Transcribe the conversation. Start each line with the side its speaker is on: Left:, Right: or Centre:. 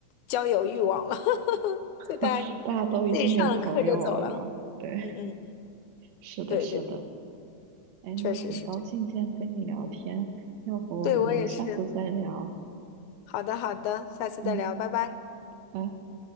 Left: 交友欲望了，<laughs> 就大家你自己上了课就走了。
Right: <laughs> 大家都已经有朋友了嘛？对，
Left: 嗯嗯，嗯
Right: <laughs> 是的，
Left: 对对。
Right: 是的。哎，那很高兴今天跟你聊天，
Left: 确实是这样。
Right: 要不我们下次再聊？
Left: 对，我也是。好的，好的，下次再聊，
Right: 嗯，
Left: 拜拜。
Right: 拜。